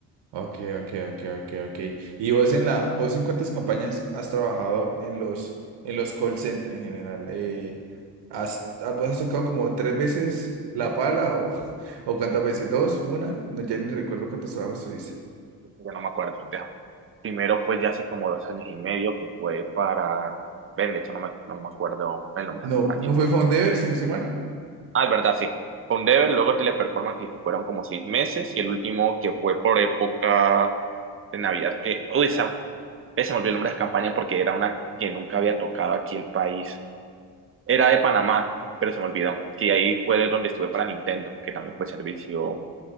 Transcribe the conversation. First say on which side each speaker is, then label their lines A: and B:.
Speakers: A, on the right; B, on the right.
A: Ok, ok, ok, ok, ok. Y vos en la, vos en cuántas campañas has trabajado en los, en los call centers en general? Eh, ¿has, ah, vos has tocado como tres veces la pala o, <laughs> o cuántas veces? ¿Dos? ¿Una? No, ya ni recuerdo cuántos trabajos tuviste.
B: Yo no me acuerdo. ya. Primero fue ya hace como dos años y medio, que fue para... Ven, de hecho no me, no me acuerdo el nombre
A: No,
B: de la compañía
A: no fue Foundever, si no estoy mal.
B: Ah, es verdad, sí. Fue un Dever, luego Teleperformance, que fueron como seis meses, y el último que fue por época de Navidad, que, uy, esa vez se me olvidó el nombre de la campaña porque era una que nunca había tocado aquí el país. Era de Panamá, pero se me olvidó, que ahí fue de donde estuve para Nintendo, que también fue servicio,